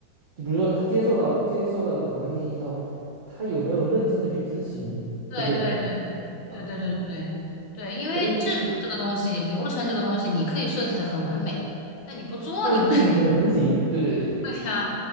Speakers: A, on the right; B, on the left.
A: 就比如说他接受到接受到这个反馈信息以后，他有没有认真的去执行，
B: 对对对
A: 对不对？
B: 对对对对对对，
A: 啊，
B: 因为制度这个东西，
A: 所以，
B: 流程这个东西，你可以设计的很完美，但你不做，
A: 但是具体怎么执行，
B: 你不 <laughs>
A: 对对对。
B: 对呀、